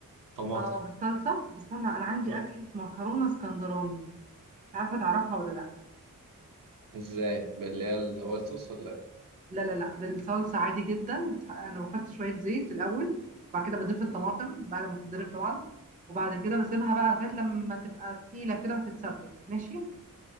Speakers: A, on the right; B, on the right.
A: الطماطم
B: اه بالصلصة طب استنى انا عندي
A: آه.
B: اكلة مكرونة اسكندراني مش عارفة تعرفها ولا لا
A: ازاي اللي هي الوايت صوص ولا
B: لا لا لا بالصلصة عادي جدا بتح- انا بحط شوية زيت الاول بعد كده بضيف الطماطم
A: إيه؟
B: بعد ما تتضرب طبعا وبعد كده بسيبها بقى لغاية لما تبقى تقيلة كده وتتسبك ماشي